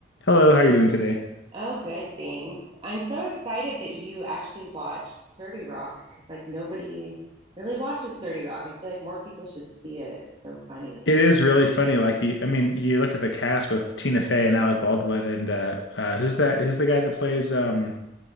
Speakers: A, on the left; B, on the right.
A: Hello, how are you doing today?
B: Oh, good. Thanks. I'm so excited that you actually watched 30 Rock because, like, nobody really watches 30 Rock. I feel like more people should see it. It's so funny.
A: It is really funny. Like, you, I mean, you look at the cast with Tina Fey and Alec Baldwin, and uh, uh, who's that? Who's the guy that plays? Um,